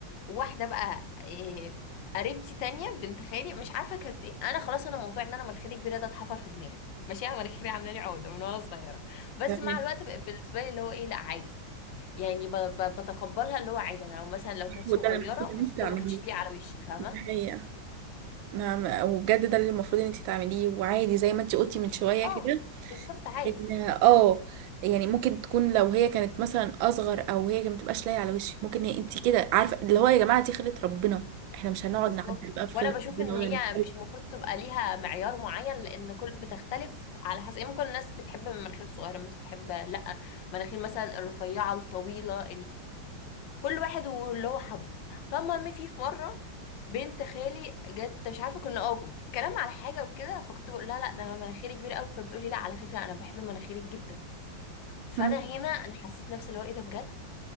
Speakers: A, on the left; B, on the right.
A: واحده بقى إيه، قريبتي تانية بنت خالي مش عارفه كانت إيه. انا خلاص انا موضوع ان انا مناخيري كبيره ده اتحفر في دماغي ماشي انا مناخيري عامله لي عقده من وانا صغيره بس
B: تمام
A: مع الوقت بقت بالنسبه لي اللي هو ايه لا عادي يعني ب- ب- بتقبلها اللي هو عادي انا لو مثلا لو كانت
B: هو
A: صغيره
B: ده اللي المفروض ان
A: ممكن
B: انت تعمليه
A: ما كانتش تليق على وشي فاهمه
B: دي حقيقه نعم وبجد ده اللي المفروض ان انت تعمليه وعادي زي ما انت قلتي من شويه
A: اه
B: كده
A: بالظبط عادي
B: ان اه يعني ممكن تكون لو هي كانت مثلا اصغر او هي ما تبقاش لايقه على وشك ممكن هي انت كده عارفه اللي هو يا جماعه دي خلقه ربنا احنا مش هنقعد
A: بالظبط
B: نعدل بقى في
A: وانا
B: خلقه
A: بشوف
B: ربنا
A: ان
B: ولا
A: هي مش المفروض تبقى ليها معيار معين لان كل بتختلف على حسب يعني ممكن الناس بتحب مناخير صغيره مش بتحب لا مناخير مثلا الرفيعه الطويله كل واحد واللي هو حبه فالمهم في في مره بنت خالي جت مش عارفه كنا اه كلام على حاجه وكده فكنت بقول لها لا ده مناخيري كبيره قوي فبتقولي لا على فكره انا بحب مناخيري جدا فانا
B: نتكلم
A: هنا انا حسيت نفسي اللي هو ايه ده بجد